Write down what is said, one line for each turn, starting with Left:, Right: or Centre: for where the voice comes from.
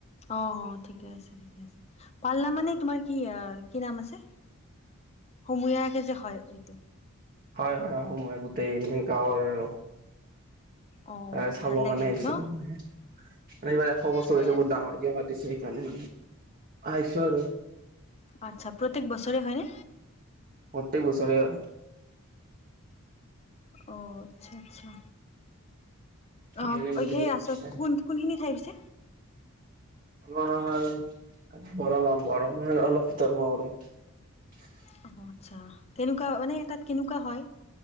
Left: অ অ ঠিকে আছে ঠিকে আছে পালনাম মানে তোমাৰ কি কি নাম আছে সময়কে যে হয় এইটো
Right: হয় হয় আহোময় গোটেই ম গাৰ আৰু
Left: অ
Right: তাৰে চাবৰ
Left: ভাল লাগে
Right: কাৰণে
Left: কিন্তু
Right: আহিছিলে
Left: ন
Right: মানে এইবাৰ এশ বস্তুছে
Left: ঠিকে
Right: বহুত
Left: আছে
Right: ডাঙৰ ক চ কালে আছ আৰু
Left: আচ্ছা প্ৰত্যেক বছৰে হয়নে
Right: প্ৰত্যেক বছৰে হয়
Left: অ আচ্ছা আচ্ছা
Right: সেইকাৰণে
Left: অ
Right: বোলো
Left: সেই আছ কোন কোনখিনি ঠাই পিছে
Right: আম গৰম গৰম আৰু অলপ ভিতৰত সোমাব লাগে
Left: অ আচ্ছা কেনেকুৱা মানে তাত কেনেকুৱা হয়